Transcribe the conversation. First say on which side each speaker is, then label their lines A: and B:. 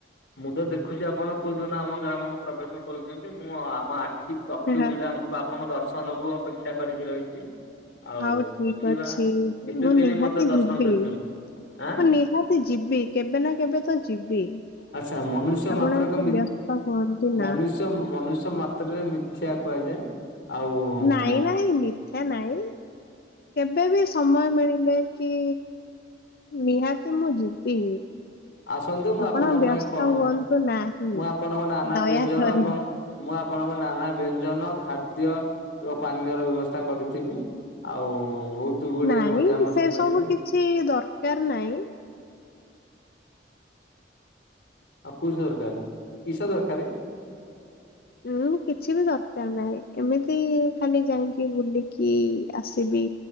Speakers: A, on the left; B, on the left.
A: ମୁଁ ତ ଦେଖୁଛି ଆପଣ କୋଉ ଦିନ ଆମ ଗ୍ରାମକୁ ପ୍ରବେଶ କରୁଛନ୍ତି ମୁଁ ଆମ ଆଖି ଚକ୍ଷୁ
B: ହଁ,
A: ଦିଟା ଜାଙ୍କ ଆପଣଙ୍କ ଦର୍ଶନକୁ ଅପେକ୍ଷା କରିକି ରହିଛି। ଆଉ
B: ହଉ ଠିକ
A: ଦେଖିବା
B: ଅଛି
A: କେତେ
B: ମୁଁ
A: ଦିନ
B: ନିହାତି
A: ମତେ ଦର୍ଶନ
B: ଯିବି।
A: ଦଉଛନ୍ତି ଆଁ
B: ମୁଁ ନିହାତି ଯିବି କେବେ ନା କେବେ ତ ଯିବି।
A: ଆଚ୍ଛା ମନୁଷ୍ୟ
B: ଆପଣ
A: ମାତ୍ରକ
B: ଏତେ ବ୍ୟସ୍ତ ହୁଅନ୍ତୁ
A: ମନୁଷ୍ୟ
B: ନା
A: ମନୁଷ୍ୟ ମାତ୍ରରେ ମିଥ୍ୟା କୁହାଯାଏ। ଆଉ
B: ନାଇଁ
A: ମୋ
B: ନାଇଁ ମିଥ୍ୟା ନାଇଁ କେବେ ବି ସମୟ ମିଳିଲେ କି ନିହାତି ମୁଁ ଯିବି।
A: ଆସନ୍ତୁ ମୁଁ
B: ଆପଣ
A: ଆପଣଙ୍କ
B: ବ୍ୟସ୍ତ
A: ପାଇଁ କହ
B: ହୁଅନ୍ତୁ ନାହିଁ
A: ମୁଁ ଆପଣଙ୍କ ନାନା
B: ଦୟାକରି।
A: ବ୍ୟଞ୍ଜନ ଏବଂ ମୁଁ ଆପଣଙ୍କ ନାନା ବ୍ୟଞ୍ଜନ ଖାଦ୍ୟ ଏବଂ ପାନୀୟର ବ୍ୟବସ୍ଥା କରିଥିବି। ଆଉ ବହୁତ ଗୁଡେ
B: ନାଇଁ
A: ମଜାମସ୍ତି
B: ସେ
A: କରିବା।
B: ସବୁ କିଛି ଦରକାର ନାହିଁ।
A: ଆଉ କୁଷ ଦରକାର କିସ ଦରକାରେ?
B: ଉୁଁ କିଛି ବି ଦରକାର ନାହିଁ ଏମିତି ଖାଲି ଯାଇକି ବୁଲିକି ଆସିବି।